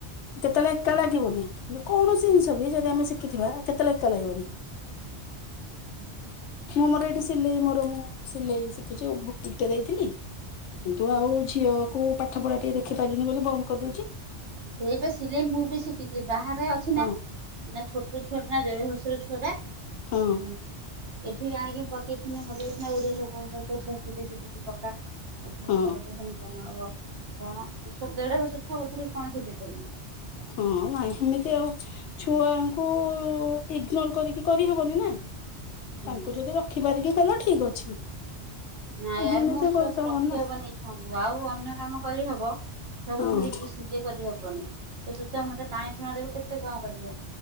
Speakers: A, on the left; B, on the right.
A: କେତେବେଳେ କା ଲାଗିବନି ଯେକୌଣସି ଜିନିଷ ବି ଯଦି ଆମେ ଶିଖିଥିବା କେତେବେଳେ ଏକା ଲାଗିବନି।
B: ହୁଁ।
A: ମୁଁ ମୋର ଏଇଠି ସିଲେଇ ମୋର ମୁଁ ସିଲେଇ ଶିଖିଚି ବୁଟିକଟେ ଦେଇଥିଲି। କିନ୍ତୁ ଆଉ ଝିଅକୁ ପାଠପଢା ଟିକେ ଦେଖି ପାଇଲିନି ବୋଲି ବନ୍ଦ କରିଦଉଛି।
B: ସେଇ ବା ସିଲେଇ ମୁଁ ବି ଶିଖିଚି ଏ ବାହାରେ ଅଛି
A: ହଁ
B: ନା। ଏଇନା ଛୋଟ ଛୁଆଟା ଦେଢବର୍ଷର ଛୁଆଟା ଆଉ
A: ହଁ
B: ଏଠି ବି ଆଣିକି ପକେଇଥିନେ ଭଲ ହେଇଥିନା ଓଡିଆ ଲୋକଙ୍କର କଉଥିଲେ ସିଲେଇ ଶିଖିଚୁ ପକା। <unintelligible>
A: ହଁ
B: ଭଲ ପଇସା <unintelligible> କଣ <unintelligible> ଦେଢବର୍ଷର ଛୁଆକୁ ଧରି କଣ ସିଲେଇ କରିମି।
A: ହଁ ନାଇଁ ସେମିତି ଆଉ ଛୁଆଙ୍କୁ ଇଗ୍ନୋର କରିକି କରିହବନି ନା।
B: ହୁଁ
A: ତାଙ୍କୁ ଯଦି ରଖିପାରିକି କଲ ଠିକ୍ ଅଛି।
B: ନାଇଁ ବା
A: ଏମିତି
B: ମୋ ଛୁଆକୁ
A: କରିତ
B: ରଖିହବନି
A: ହବନି ନା
B: ଏଇ ଛୁଆଙ୍କୁ ଆଉ ଅନ୍ୟ କାମ କରିହବ। ତାକୁ
A: ହଁ।
B: ଧରିକି ସିଲେଇ କରିହବନି ସେ ସୁତା ମୁତା ଟାଣି ଟୁଣା ଦେବେ କେତେ କଁ କରିବ।